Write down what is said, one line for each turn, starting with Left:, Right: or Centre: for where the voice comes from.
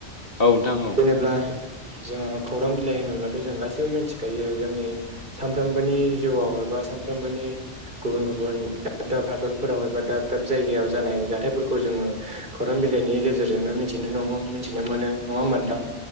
Left: औ नोंथां औ।
Right: जेनेब्ला जोङो खौरां बिलाइ होनोब्लाथ जों गासै बो मिथिखायो जोंनि सानफ्रोमबोनि जिउआव एबा सानफ्रोमबोनि गुबुन गुबुन दाब दाब हादरफोराव एबा दाब दाब जायगायाव जानाय जाथायफोरखौ जोङो खौरां बिलाइनि गेजेरजोंनो मिथिनो नङ मिथिनो मोनो नङा होमबा नोथां?